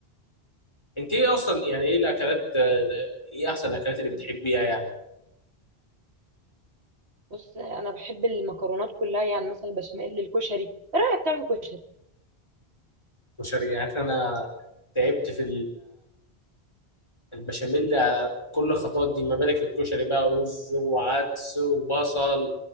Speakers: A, on the left (about 25°); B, on the right (about 85°).
A: أنت إيه أصلا يعني إيه الأكلات آه، إيه أحسن الأكلات اللي بتحبيها يعني؟
B: بص انا بحب المكرونات كلها يعني مثلا بشاميل الكشري ايه رأيك تعمل كشري
A: وشر يعني أنا تعبت في البشاميل كل الخطوات دي ما بالك الكشري بقى رز وعدس وبصل